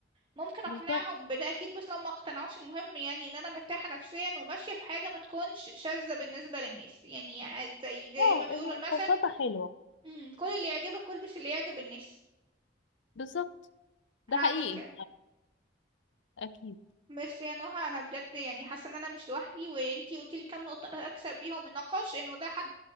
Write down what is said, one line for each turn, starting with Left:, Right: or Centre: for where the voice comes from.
Right: ممكن اقنعهم
Left: بالظبط
Right: بده اكيد بس لو ما اقتنعوش المهم يعني ان انا مرتاحة نفسيا وماشية في حاجة ما تكونش شاذة بالنسبة للناس يعني عادي، زي زي
Left: اه
Right: ما بيقولوا المثل
Left: بساطة حلوة
Right: مم، كل اللي يعجبك البس اللي يعجب الناس
Left: بالظبط ده
Right: هعمل
Left: حقيقي
Right: كده
Left: أكيد
Right: ميرسي يا نهى انا بجد يعني حاسة ان انا مش لوحدي وانتي قلتيلي كام نقطة اكسب بيهم النقاش انه ده